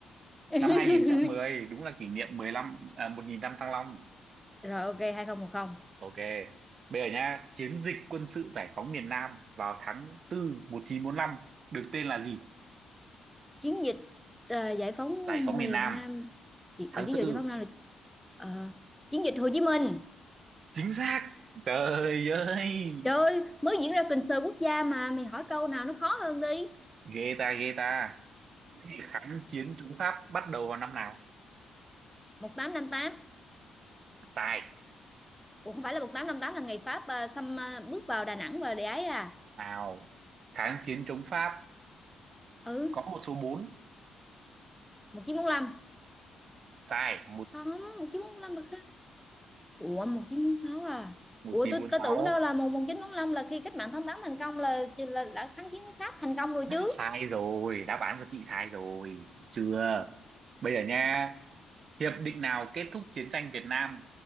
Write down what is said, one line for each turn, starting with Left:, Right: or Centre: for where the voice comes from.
Centre: <laughs>
Right: năm 2010 đúng là kỷ niệm 15 à, 1.000 năm Thăng Long
Centre: rồi ok hai không một không
Right: ok bây giờ nhá chiến dịch quân sự giải phóng miền Nam vào tháng 4 1945 được tên là gì
Centre: chiến dịch ờ, giải phóng
Right: giải phóng miền
Centre: miền
Right: Nam
Centre: Nam chị-
Right: tháng
Centre: ở chiến
Right: tư
Centre: dịch giải phóng Nam là ờ, chiến dịch Hồ Chí Minh
Right: chính xác trời ơi
Centre: trời ơi mới diễn ra concert quốc gia mà mày hỏi câu nào nó khó hơn đi
Right: ghê ta ghê ta Thế thì kháng chiến chống Pháp bắt đầu vào năm nào
Centre: một tám năm tám
Right: sai
Centre: Ủa không phải là 1858 là ngày Pháp ờ, xâm ờ, bước vào Đà Nẵng và để ấy à
Right: nào kháng chiến chống Pháp
Centre: ừ
Right: có một số bốn
Centre: 1945
Right: sai
Centre: không 1945 được khác Ủa 1946 à
Right: 1946
Centre: Ủa tôi ta tưởng
Right: sáu
Centre: đâu là mùng 1945 là khi cách mạng tháng 8 thành công là là đã kháng chiến Pháp thành công rồi
Right: Đã
Centre: chứ
Right: sai rồi, đáp án của chị sai rồi, được chưa? Bây giờ nha, hiệp định nào kết thúc chiến tranh Việt Nam